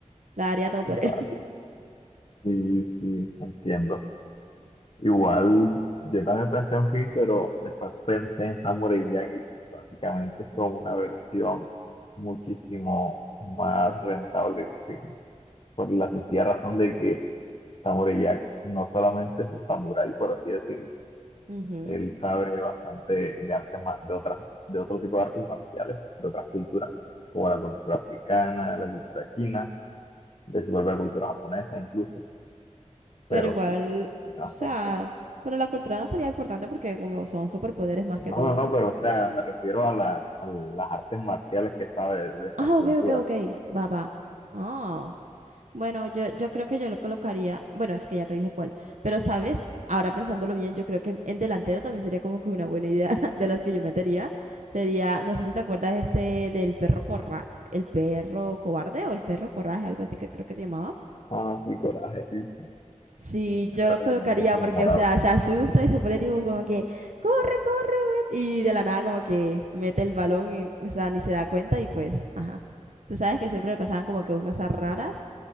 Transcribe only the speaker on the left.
vale.
Sí, sí, entiendo. Igual, yo también pensé en Finn, pero después pensé en Samurai Jack y básicamente es como una versión muchísimo más rentable que Finn. Por la sencilla razón de que Samurai Jack no solamente es un samurái, por así decirlo
Él sabe bastante de artes, ma- de otras, de otro tipo de artes marciales, de otras culturas, como la cultura africana, la cultura china, de su propia cultura japonesa incluso, pero
sí, sí, bastante.
No,
no, no,
pero o sea, me refiero a, la- a las artes marciales que sabe de, de estas
culturas.
Ah, sí, coraje, sí.
Me
remonté
como
morado.